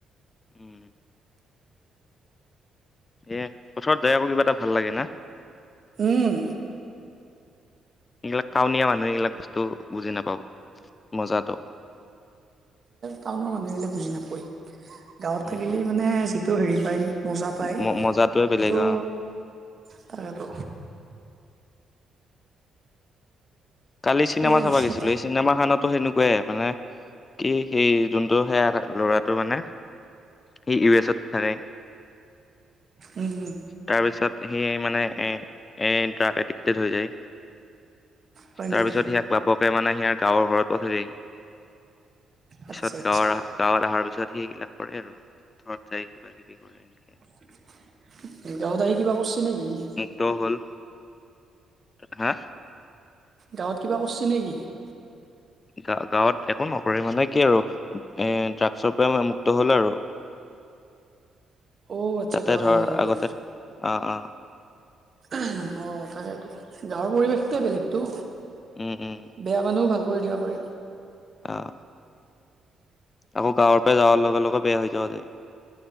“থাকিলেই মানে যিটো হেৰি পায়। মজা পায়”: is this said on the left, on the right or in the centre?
Right